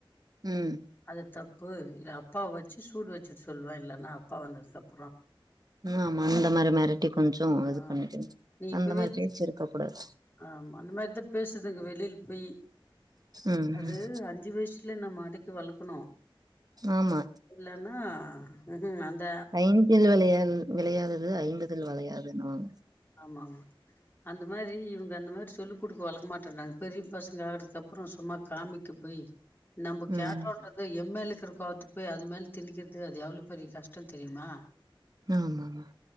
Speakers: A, on the right (about 45°); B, on the left (about 20°).
A: ம்
B: அது தப் ப்பு இவ அப்பா வச்சு சூடு வச்சுட்டு சொல்லுவே இல்லன்னா அப்பா வந்ததுக்கு அப்
A: ஆமா அந்த மாரி மிரட்டி கொஞ்சோ
B: ஆ
A: இது பண்ணிட்
B: நீ இப்பவே
A: அந்த மாரி பேச்சி இருக்க கூடாது
B: ஆமா அந்த மாரிதா பேசுதுங்க வெளியில் வீ
A: ம்
B: அது
A: ம்
B: அஞ்சு வயசு வீட்ல நம்ம அடைக்கி வளக்கணு
A: ஆமா
B: இல்லன்னா ம்ஹூம் அது அந்த
A: ஐந்தில் வளையாதது வளையாதது ஐம்பதில் வளையாதுன்னுவாங்க
B: ஆ ஆமா அந்த மாதிரி இவங்க அந்த மாதிரி சொல்லி கொடுக்க வளக்க மாட்டேங்ராங்க பெரிய பசங்க ஆகுறதுக்கு அப்புறோ சும்மா காமிக்க போய் நம்ம கேட்டோன்றத
A: ம்
B: எம்எல்க்கு இருக்கற கோவத்து போய் அது மேல திணிக்கிறது அது எவ்ளோ பெரிய கஷ்டோ தெரியுமா
A: ஆமாமா